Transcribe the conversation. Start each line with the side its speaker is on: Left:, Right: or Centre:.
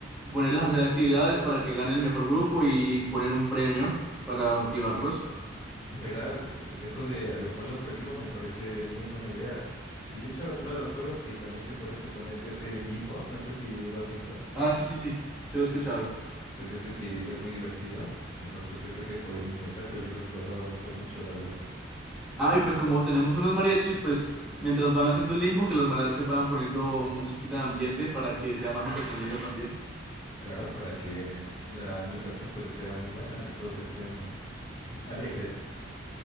Centre: ponerlos a hacer actividades para que gane el mejor grupo y poner un premio para motivarlos.
Left: Mm, ¿verdad? Eh, Esto de agruparlos por equipos me parece muy buena idea. Y de hecho, uno de los juegos que también te podría proponer es el Limbo. No sé si lo has visto.
Centre: Ah, sí, sí, sí, se lo he escuchado.
Left: Pues ese sí es muy divertido. Entonces yo creo que podrían intentarlo y yo creo que les va a gustar mucho, la verdad.
Centre: Ah, y pues como tenemos unos mariachis, pues mientras van haciendo el limbo, que los mariachis van poniendo musiquita de ambiente para que sea más entretenido también.
Left: Claro, para que la ambientación pues sea muy buena y todos estén mm, alegres.